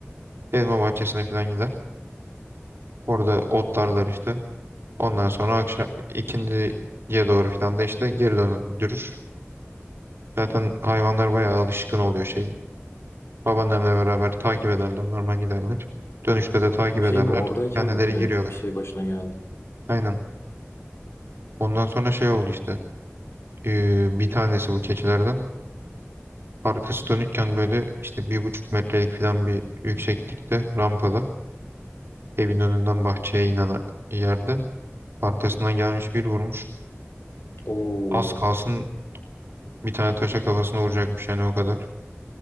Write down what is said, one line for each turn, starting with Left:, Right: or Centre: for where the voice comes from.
Right: Elma bahçesine falan gider. Orada otlarlar işte. Ondan sonra akşam ikindiye doğru falan da işte geri döndürür. Zaten hayvanlar bayağı alışkın oluyor şey. Babaannemle beraber takip ederler, normal giderler. Dönüşte de takip
Left: Şey
Right: ederler.
Left: mi oradayken
Right: Kendileri
Left: mi
Right: giriyorlar.
Left: bir şey başına geldi?
Right: Aynen. Ondan sonra şey oldu işte. Ee, bir tanesi bu keçilerden. Arkası dönükken böyle işte bir buçuk metrelik falan bir yükseklikte rampada evin önünden bahçeye inen yerde arkasından gelmiş bir vurmuş.
Left: Oo,
Right: Az kalsın bir tane taşa kafasına vuracakmış yani o kadar.